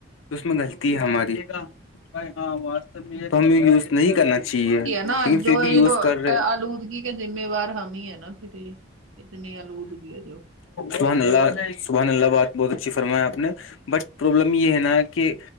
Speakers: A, on the left (about 75°); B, on the right (about 90°).
A: اس میں غلط ہے ہماریاں و میں <inaudible> تو ہمیں یوز نہیں کرنا چاہیے
B: ہے نا
A: لیکن
B: جو
A: پھر بھی
B: یہ
A: یوز
B: جو
A: کر رہے
B: آلودگی کے ذمہ وار ہم ہی ہے نا پھر اتنی لوٹ گئییا
A: سبحان اللہ سبحن اللہ بات بہت اچھی فرمایا آپ نے بٹ پرابلم یہ ہے نا کہ